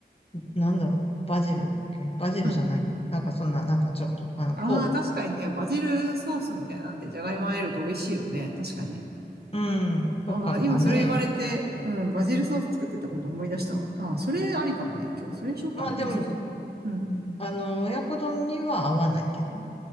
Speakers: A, on the left; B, on the right.
A: なんだろう、バジルだっけバジルじゃないや。
B: うん。
A: なんかそんな、なんかちょっと、あの、
B: ああ、
A: こ
B: 確かにね、バジルソースみたいなんで、じゃがいも入えると美味しいよね。確かに。
A: う、うん、
B: ああ、
A: とかかね。
B: 今それ言われて、うん、バジルソース作ってたこと思い出したわ。ああ、それありかもね。今日それにしようかな。
A: まあでも、
B: 味噌汁。うん。
A: あの、親子丼には合わないけどね。